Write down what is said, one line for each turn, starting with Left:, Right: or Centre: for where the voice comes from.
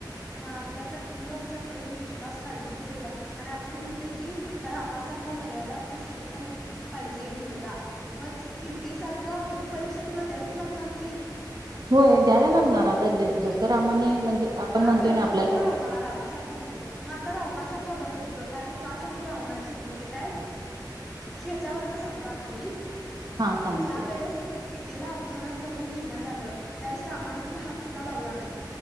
Centre: हा आपल्या पत्नीवरचा प्रेम, विश्वास, काळजी कुठे गेला? आणि आपण म्हणतोय की रामासारख मर्यादा पुरुषोत्तम पाहिजे मुलगा, मग सीतेसारख अग्नि परीक्षा तुला द्यायच लागणार की.
Right: होय द्यायला लागणार आता रामाने
Centre: हा
Right: म्हणजे आपण
Centre: का
Right: म्हणतोय
Centre: खर?
Right: ना
Centre: मग
Right: आपल्याला
Centre: नकोय आम्हाला रामासारखा नको. मग तर रावणासारखं बरं कि ग कारण का? सांगू रावणाची एक गोष्ट आहे. ह्याच्यावर सांगतो आठवली.
Right: हा सांगते
Centre: ज्या वेळेस सीतेला अप अपहरण करून नेण्यात आलं. त्यावेळेस रामान तिला हात सुद्धा. द्धा लावला नाही.